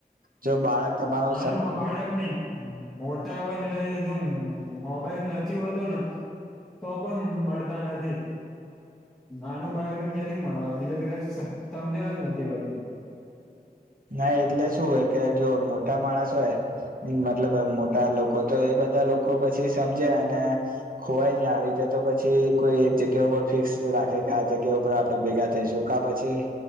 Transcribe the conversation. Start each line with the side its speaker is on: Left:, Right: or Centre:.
Right: જો બાળક તમારો.
Centre: નાનું બાળક નહી. મોટા હોય ને એ જો મોબાઈલ નથી હોતો ને. તો પણ મળતા નથી આનું બાળ ક્યાંથી મળવાનું એને તો ક. સમજણ જ નથી હોતી.
Right: ના એટલે શું હોય કે જો મોટા માણસ હોય. મતલબ મોટા લોકો તો એ બધા લોકો પછી સમજે અને ખોવાય છે આવી રતે. તો પછી કોઈ એક જગ્યા ઉપર ફિક્સ રાખે કે આ જગ્યા ઉપર આપે ભેગા થઈશું કે પછી.